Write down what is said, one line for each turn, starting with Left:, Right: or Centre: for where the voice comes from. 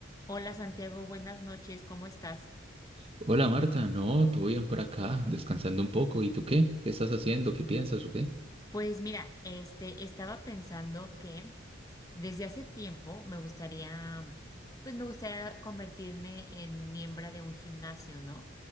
Left: Hola Santiago, buenas noches, ¿cómo estás?
Right: Hola Marta, no, todo bien por acá, descansando un poco. ¿Y tú qué? ¿Qué estás haciendo? ¿Qué piensas o qué?
Left: Pues mira, este, estaba pensando que desde hace tiempo me gustaría, pues me gustaría convertirme en miembro de un gimnasio, ¿no?